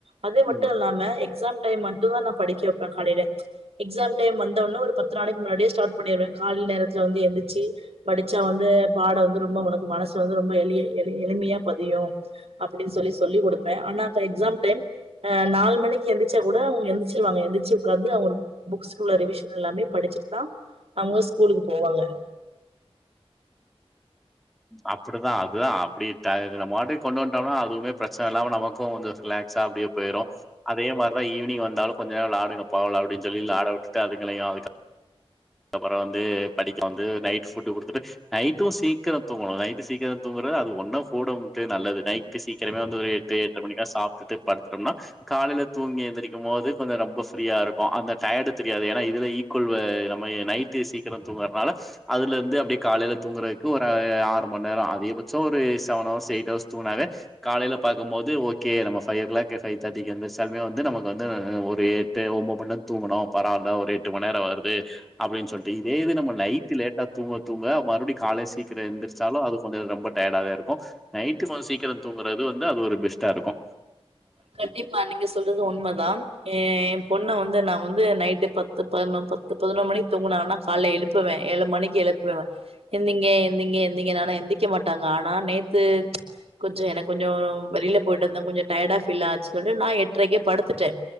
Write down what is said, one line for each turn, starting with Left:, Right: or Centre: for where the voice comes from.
Right: அது மட்டு
Centre: ம்
Right: இல்லாம எ ஸாம் டைம் மட்டு தா நா படிக்க வெப்பே காலைல எக்ஸாம் டைம் வந்தோன்ன ஒரு பத்து நாளைக் முன்னாடியே ஸ்டார்ட் பண்ணிருவே கால்ல நேரத்ல வந்து எந்திச்சு படிச்சா வந்து பாடோ வந்து ரொம்போ ஒனக்கு மனசு வந்து ரொம்ப எளி எளி எளிமையா பதியு அப்டி சொல்லின் சொல்லிக் குடுப்பே ஆனா அப்ப எக்ஸாம் டைம் ஆ நாலு மணிக்கி எந்திர்ச்சா கூட அவுங்க எந்திரிச்சிருவாங்க எந்திச்சு உக்காந்து அவுங்க புக்ஸ்குள்ள ரிவிஷன் எல்லாமே படிச்சுட்டு தா அவுங்க ஸ்கூலுக்கு போவாங்க
Centre: அப்டிதா அதுதா அப்டி த நம்ம வாட்டுக்கு கொண்டு வன்ட்டோம்னா அதுவுமே ப்ரச்சன இல்லாம நமக்கு கொஞ்சோ ரிலாக்ஸா அப்டியே போய்ரு அதே மாரிதா ஈவ்னிங் வந்தாலு கொஞ்ச நேரோ வ்ளாடுங்கப்பா அப்டின் சொல்லி வ்ளாட உட்டுட்டு அதுங்களயு‌ அதுக் அப்பறோ‌ வந்து படிக்க வந்து நைட் ஃபுட்டு குடுத்துட்டு நைட்டு சீக்கரொ தூங்கணு நைட்டு சீக்கரொ தூங்குறது அது ஒண்ணோ <unintelligible> நல்லது நைட் டு சீக்கெரமே வந்து ஒரு எட்டு எட்ற மணி சாப்ட்டுட்டு படுத்துட்டோம்னா காலைல தூங்கி எந்திரிக்கும் போது கொஞ்சோ ரொம்ப ஃப்ரீயாருக்கு அந்த டயடு தெரியாது ஏனா இதுவே ஈக்வல்வ ம நைட்டு சீக்கிரோ தூங்குறத்னால அதுலர்ந்து அப்டியே காலைல தூங்குறத்க்கு ஒரு ஆறு மண் நேரொ அதிகபட்சோ ஒரு செவன் அவர்ஸ் எயிட் அவர்ஸ் தூங்குனாவே காலைல பாக்கும் போது ஓகே நம்ம ஃபைவ் ஓ க்ளாக் ஃபைவ் தேட்டிக்கு எந்த்ருச்சாலுமே வந்து நமக்கு வந்து ஒரு எட்டு ஒம்பது மண்நே தூங்குணோ பரவால்ல ஒரு எட்டு மண் நேரொ வருது அப்டின் சொல்ட்டு இதே இது நம்ம நைட்டு லேட்டா தூங்க தூங்க மறுப்டியு கால்ல சீக்கிரோ எந்துருச்சாலு அது கொஞ்சோ ரொம்ப டயடாவே இருக்கு நைட்டு கொஞ்சோ சீக்கிரோ தூங்குறது வந்து அது ஒரு பெஸ்ட்டாருக்கு
Right: கண்டிப்பா நீங்க சொல்றது உண்மதா ஏ எம் பொண்ண வந்து நா வந்து நைட்டு பத்து பதினொ பத்து பதினொரு மணிக்கு தூங்குனாங்கனா கால்ல எழுப்புவே ஏழு மணிக்கு எழுப்புவே எந்திங்க எந்திங்க எந்திங்கனு ஆனா எந்திக்க மாட்டாங்க ஆனா நே த்து கொஞ்ச எனக் கொஞ்சோ வெளில போயிட்டந்தா கொஞ்ச டயடா ந்துச்சுன்ட்டு நா எட்ரைக்கே படுத்துட்டே